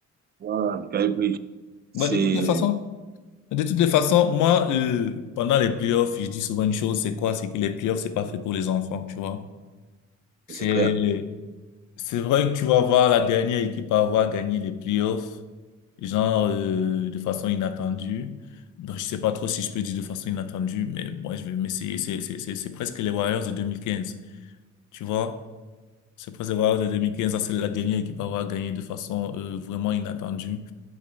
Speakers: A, on the right (about 35°); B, on the left (about 80°).
A: voilà, Mikal Bridge, c'est,
B: Ouais, de toutes les façons, de toutes les façons, moi, euh, pendant les playoffs, je dis souvent une chose, c'est quoi? C'est que les playoffs, c'est pas fait pour les enfants, tu vois. C'est,
A: c'est clair.
B: c'est vrai que tu vas voir la dernière équipe à avoir gagné les playoffs, genre, euh, de façon inattendue. Donc, je sais pas trop si je peux dire de façon inattendue, mais bon, je vais m'essayer. C'est, c'est, c'est, c'est presque les Warriors de 2015, tu vois. C'est presque les Warriors de 2015, ça, c'est la dernière équipe à avoir gagné de façon, euh, vraiment inattendue.